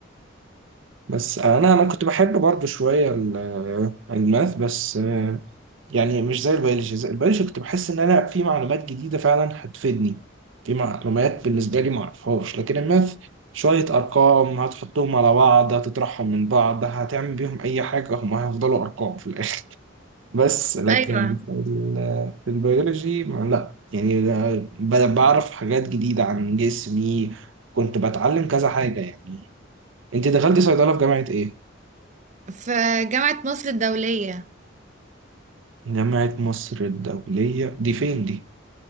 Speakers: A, on the right; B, on the right.
A: بس أنا أنا كنت بحب برضه شوية ال- الماث بس يعني مش زي البيولوجي زي البيولوجي كنت بحس ان انا في معلومات جديده فعلا هتفيدني في معلومات بالنسبه لي ما اعرفهاش لكن الماث شويه ارقام هتحطهم على بعض هتطرحهم من بعض هتعمل بيهم اي حاجه هم هيفضلوا ارقام في الاخر بس لكن
B: ايوه
A: في ال- في البيولوجي ما- لا يعني ب- بعرف حاجات جديده عن جسمي كنت بتعلم كذا حاجه يعني انت دخلتي صيدله في جامعه ايه
B: في جامعه مصر الدوليه
A: جامعه مصر الدوليه دي فين دي